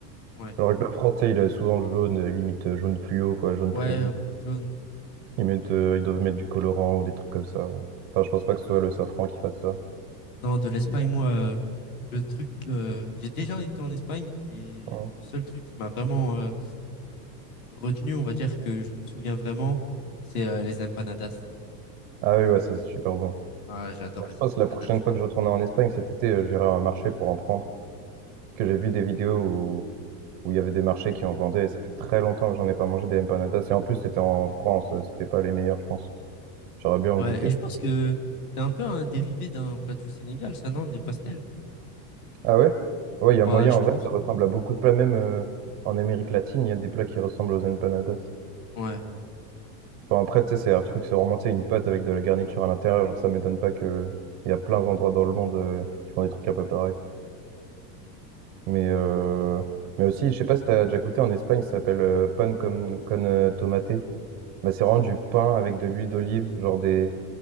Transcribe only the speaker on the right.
Alors que la France, tu sais, il est souvent jaune, euh, limite euh, jaune fluo, quoi, jaune
très vif.
Ils mettent, euh, ils doivent mettre du colorant ou des trucs comme ça. Enfin, je pense pas que ce soit le safran qui fasse ça.
Yeah.
Ouais.
Ah oui, ouais, ça c'est super bon.
Bah,
je pense
que la prochaine fois que je retournerai en Espagne cet été, euh, j'irai à un marché pour en prendre. Parce que j'ai vu des vidéos où il y avait des marchés qui en vendaient. Et ça fait très longtemps que j'en ai pas mangé des empanadas. Et en plus, c'était en France, euh, c'était pas les meilleurs, je pense. J'aurais bien
en goûter.
Ah ouais? Ouais,
il y a moyen.
En
vrai, ça ressemble à beaucoup de plats. Même euh, en Amérique latine, il y a des plats qui ressemblent aux empanadas.
Enfin, après, tu sais, c'est un truc, c'est vraiment, tu sais, une pâte avec de la garniture à l'intérieur. Genre, ça m'étonne pas que il y a plein d'endroits dans le monde euh, qui font des trucs un peu pareils. Mais, euh, mais aussi, je sais pas si t'as déjà goûté en Espagne, ça s'appelle euh, pan con, con euh, tomate. Bah, c'est vraiment du pain avec de l'huile d'olive, genre des,